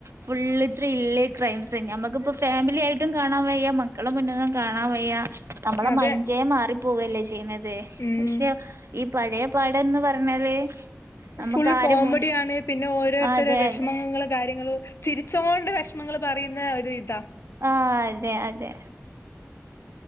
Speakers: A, on the right; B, on the left.
A: Full thrill crimes. ഞമ്മക്പ്പോ ഫാമിലി ആയിട്ടും കാണാൻ വയ്യാ, മക്കളെ മുന്ന്ന്നും കാണാൻ വയ്യാ. നമ്മളെ
B: അതെ
A: മൈന്റേ മാറിപ്പോകല്ലേ യ്യണത്.
B: ഉം
A: പഷേ, ഈ പഴേ പടംന്ന് പറഞ്ഞാല് നമുക്ക്
B: ഫുള്ള്
A: ആരും
B: കോമഡിയാണ്.
A: മുൻ
B: പിന്നെ, ഓരോരുത്തരെ
A: അതെ
B: വെഷമങ്ങള്
A: അതെ
B: കാര്യങ്ങള് ചിരിച്ചോണ്ട് വെഷമങ്ങൾ പറയുന്ന ഒരു ഇതാ.
A: ആഹ്.. അതെ, അതെ.